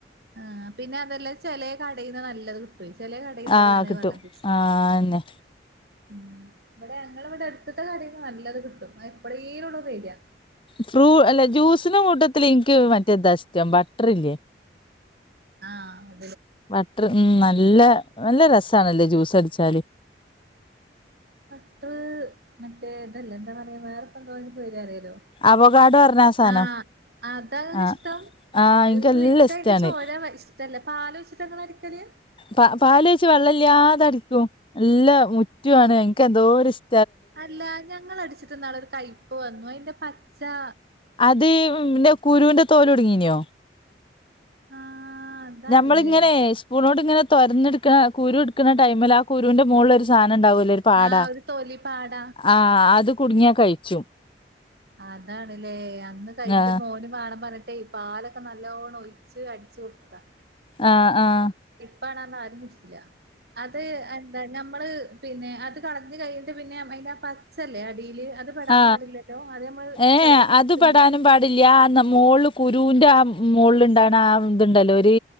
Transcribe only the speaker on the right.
ആഹ് പിന്നെർഞ്ഞാല് അത് ചെലേ കടീന്ന് നല്ലത് ക് ട്ട്വേ ചെലേ കടീത്തതാണ്
വള്ളം പിച്ചിനാ
ഉം ബ്ടെ ഞങ്ങളെ ബടെ എട്ത്ത്ത്തെ കടേന്ന് നല്ലത് കിട്ടും അത് എപ്പളേലൊള്ളു പീട്യാ
ആഹ്
ബട്ട്ര്‍ മറ്റേ ഇതല്ലെ എന്താ പറയാ വേറെ പ്പെന്തോ അയ്ന് പേര് പറി ലോ
ആഹ് അതാ ങ്ങക്ക്
ഇഷ്ടം
അയ്
ഇൻക്കയ്ന്റെ
ചാെര വ ഇഷ്ടല്ല പാലാെയ്ച്ച്ട്ടാ ഇങ്ങള് അടി കടിയാ
അല്ലാ ഞങ്ങളട്ച്ച് ത്ത് ന്നാള്ളൊര് കയ്പ്പ് വന്നു അയ്ന്റെ പച്ചാ
ആഹ് അതാണ്ല്ലേ
ആഹ് ഒരു തൊലി പാട
അതാണ്ല്ലേ അന്ന് കഴിഞ്ച
മോന് മാണം പറഞ്ഞി ട്ടേ പാലൊക്കെ നല്ലോണ്ണം ഒഴിച്ച് അടിച്ചു കൊടുത്തതാ
പ്പാണാ പറഞ്ഞു ആരും കുടിച്ചില്ല അത് എന്താ ഞമ്മള് പിന്നെ അത് കളഞ്ഞു കഴിഞ്ഞിട്ട് പിന്നെ അയിന്റെ ആ പച്ചല്ലേ അടീല് അത് പെടാൻ
പാടില്ലല്ലോ അത് നമ്മള്
ചൊരവിയെടുക്കുമ്പോ